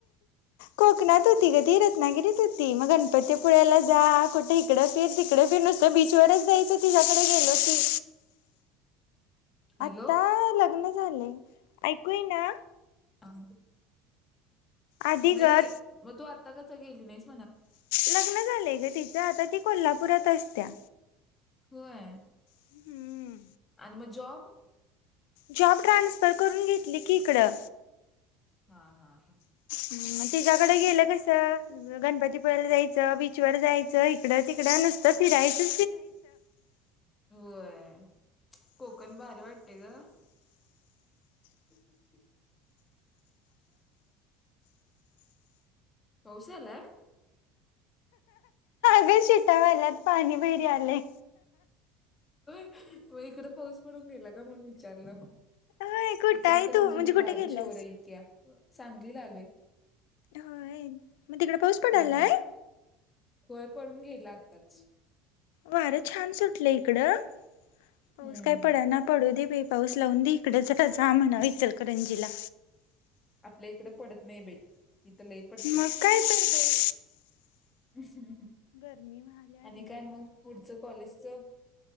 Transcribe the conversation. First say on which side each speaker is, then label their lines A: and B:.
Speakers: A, on the left; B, on the left.
A: कोकणात होती ग ती रत्नागिरीत होती मग गणपतीपुळ्याला जा कुठे इकडं फिर तिकड फिर नुसतं बीचवरच जायचं तिच्याकडे गेलो की.
B: हॅलो
A: आता लग्न झालय ऐकू येईना?
B: हा.
A: आधी
B: नाही
A: गं
B: मग तू आत्ता का गेली नाही स
A: लग्न झालंय ग तिचं आता ती कोल्हापुरात असत्या
B: होय.
A: हम्म.
B: आणि मग जॉब?
A: जॉब ट्रान्सफर करून घेतली की इकडं.
B: हा हा हा
A: ह तिच्याकडे गेले का तर गणपतीपुळेला जायचं बीचवर जायचं इकडं तिकडं नसतं फिरायचं.
B: होय. कोकण भारी वाटते ग. <inaudible> पाऊस यायलाय.
A: सग शितावाल्यात पाणी भैरी आलंय.
B: होय इकडं पाऊस पडून गेला का म्हण विचारलं.
A: होय कुठं
B: इचलकरंजी
A: आहे तू म्हणजे
B: मैं
A: कुठे
B: बारिश
A: गेल्यास?
B: हो रही क्या? सांगलीला आलोय.
A: होय मग तिकड पाऊस पडायलाय.
B: हम्म होय पडून गेला आत्ताच.
A: वारं छान सुटलं इकडं. पाऊस
B: हम्म.
A: काय पडा ना पडू दे बाई पाऊस लावून दे इकड जरा जा म्हणावायचल करंजीला
B: आपल्या इकडे पडत नाही बाई इथं लई पडतोय
A: मग काय तर बाई.
B: ह्.
A: गरमी व्हाल्या
B: आणि
A: ढीग
B: काय मग
A: बर
B: पुढचं कॉलेजचं